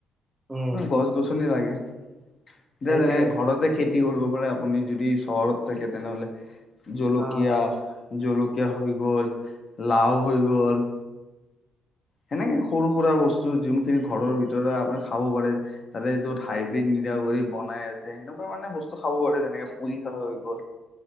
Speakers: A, on the right; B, on the left.
A: উম
B: গছ গছনি লাগে এতিয়া
A: সেইটোয়ে
B: যেনেকে ঘৰতে খেতি খেতি কৰিব পাৰে আপুনি যদি চহৰত থাকে তেনে হ'লে জলকীয়া,
A: অ
B: জলকীয়া হৈ গ'ল লাও হৈ গ'ল। সেনেকে সৰু সুৰা বস্তু। তো জিনটিনি ঘৰৰ ভিতৰত আপুনি খাব পাৰে, তাতে য'ত হাইব্ৰীড নিদিয়া কৰি বনাই আছে, সেনেকুৱা। মানে বস্তু খাব পাৰে, যেনেকে পুৰি শাক হৈ গ'ল।